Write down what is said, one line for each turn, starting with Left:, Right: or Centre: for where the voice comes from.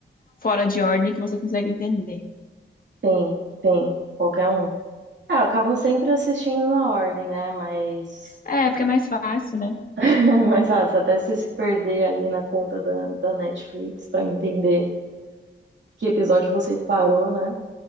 Left: fora de ordem, que você consegue entender.
Right: sim tem, qualquer um. Ah, eu acabo sempre assistindo na ordem, né? Mas,
Left: É, porque é mais fácil, né?
Right: <laughs> mas ah, se até você se perder ali na conta da, da Netflix pra entender que episódio você parou, né?